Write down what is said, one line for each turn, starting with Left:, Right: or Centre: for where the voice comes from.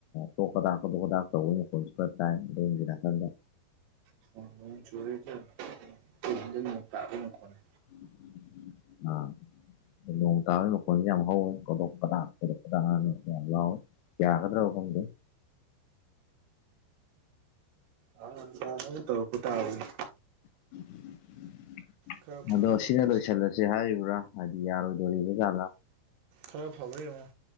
Left: ꯇꯣꯛ ꯀꯗꯥꯥꯛ ꯀꯣꯗꯣꯛ ꯀꯗꯥꯛ ꯇꯧꯔ ꯃꯇꯝꯁꯤꯗ ꯇꯥꯏ ꯑꯗꯣꯝꯒꯤ ꯅꯥꯀꯟꯗ
Right: <unintelligible> ꯖꯤꯡꯒꯗ ꯅꯣꯡ ꯇꯥꯕꯩ ꯃꯈꯣꯟꯅꯦ
Left: <unintelligible> ꯑꯥ ꯅꯣꯡ ꯇꯥꯕꯒꯤ ꯃꯈꯣꯟꯁꯦ ꯌꯥꯝ ꯍꯧꯋꯦ ꯀꯣꯗꯣꯛ ꯀꯗꯥꯛ ꯀꯣꯗꯣꯛ ꯀꯗꯥꯛꯑꯅ ꯌꯥꯝ ꯂꯥꯎꯋꯦ ꯌꯥꯒꯗ꯭ꯔꯣ ꯈꯪꯗꯦ
Right: ꯑꯥ ꯌꯥꯅꯕ ꯇꯧꯔꯛꯄ ꯇꯥꯕꯅꯤ
Left: <unintelligible>
Right: ꯈꯔ ꯐꯕ꯭ꯔꯥ
Left: ꯑꯗꯣ
Right: ꯌꯦꯡꯉꯣ
Left: ꯁꯤꯅ ꯂꯣꯏꯁꯤꯜꯂꯁꯦ ꯍꯥꯏꯔꯤꯕ꯭ꯔꯥ ꯍꯥꯏꯗꯤ ꯌꯥꯔꯣꯏꯗꯣꯔꯤꯕ ꯖꯥꯠꯂꯥ
Right: ꯈꯔ ꯐꯕ꯭ꯔꯥ ꯌꯦꯡꯉꯣ